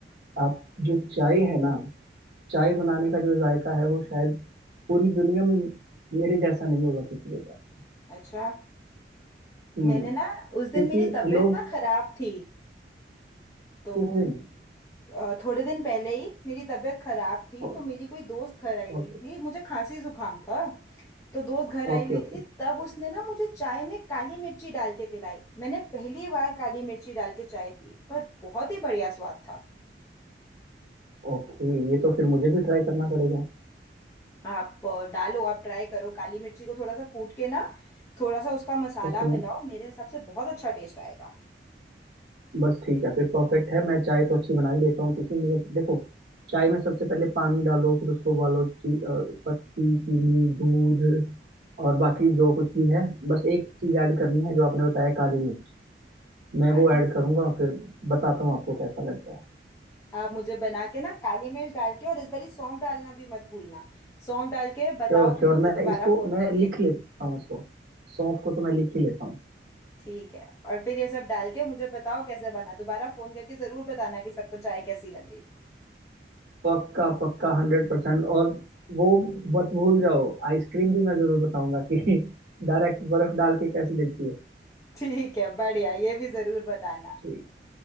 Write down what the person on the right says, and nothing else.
आप जो चाय है ना चाय बनाने का जो जायका है वो शायद पूरी दुनिया में मेरे जैसा नहीं होगा किसी के पास
हम्म
क्योंकि
लोग
किस दिन
ओ-
ओके
Okay
okay
okay ये तो फिर मुझे भी ट्राई करना पड़ेगा
ओके
बस ठीक है फिर परफेक्ट है मैं चाय तो अच्छी बना ही लेता हूँ क्योंकि मुझे देखो चाय में सबसे पहले पानी डालो फिर उसको उबालो ची, अ, पत्ती चीनी दूध और बाकी जो कुछ भी है बस एक चीज़ ऐड करनी है जो आपने बताया काली मिर्च मैं
वो ऐड करूँगा फिर बताता हूँ आपको कैसा लगता है
Sure
sure
मैं
इसको
मैं
लिख लेता हूँ इसको सौंफ को तो मैं लिख ही लेता हूँ
पक्का पक्का हंड्रेड परसेंट और वो मत भूल जाओ आइसक्रीम भी मैं जरूर बताऊंगा कि <laughs> डायरेक्ट बर्फ डाल के कैसी लगती है
ठीक